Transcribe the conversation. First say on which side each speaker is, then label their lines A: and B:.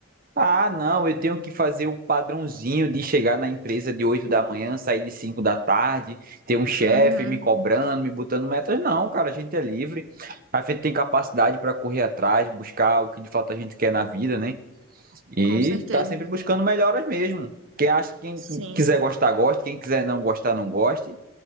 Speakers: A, on the right (about 45°); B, on the right (about 75°).
A: Ah, não, eu tenho que fazer o padrãozinho de chegar na empresa de 8 da manhã, sair de 5 da tarde, ter um chefe
B: Uhum,
A: me cobrando, me botando metas. Não, cara, a gente é livre. A gente tem capacidade para correr atrás, buscar o que de fato a gente quer na vida, né? E
B: com certeza.
A: tá sempre buscando melhoras mesmo. Quem acha, quem
B: Sim,
A: quiser gostar, goste. Quem quiser não gostar, não goste.